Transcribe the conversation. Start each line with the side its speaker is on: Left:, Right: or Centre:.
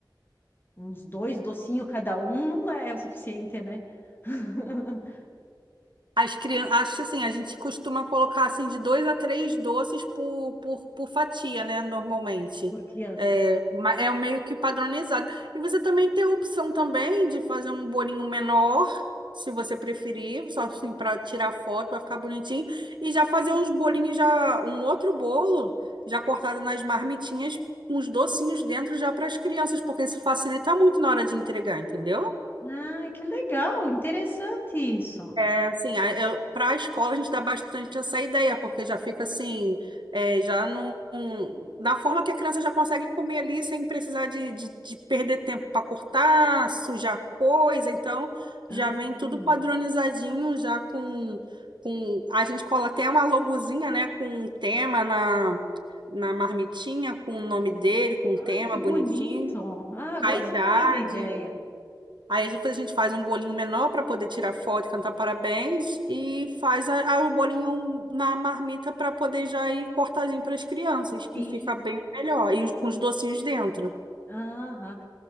Left: Uns dois docinhos cada um não dá- é o suficiente, né? <laughs>
Right: As crianças, acho assim, a gente costuma colocar assim de dois a três doces por, por, por fatia, né? Normalmente.
Left: Por criança.
Right: É, ma- é meio que padronizado. E você também tem a opção também de fazer um bolinho menor, se você preferir, só assim para tirar foto, vai ficar bonitinho. E já fazer uns bolinhos, já um outro bolo, já cortado nas marmitinhas, com os docinhos dentro já para as crianças, porque isso facilita muito na hora de entregar, entendeu?
Left: Ah, que legal, interessante isso.
Right: É, assim, para a escola a gente dá bastante essa ideia, porque já fica assim, é, já não, não- da forma que a criança já consegue comer ali sem precisar de, de, de perder tempo para cortar, sujar coisa, então já
Left: Ah,
Right: vem tudo
Left: hum.
Right: padronizadinho, já com, com a gente cola até uma logozinha, né, com um tema na, na marmitinha, com o nome dele, com o
Left: Ai,
Right: tema
Left: que
Right: bonitinho,
Left: bonito. Ah, gostei
Right: a idade.
Left: da ideia.
Right: Aí a gente a gente faz um bolinho menor para poder tirar foto e cantar parabéns e faz a, a- o bolinho na marmita para poder já ir cortadinho para as crianças, que
Left: Sim,
Right: fica
Left: sim.
Right: bem melhor. E os- com os docinhos dentro.
Left: Aham.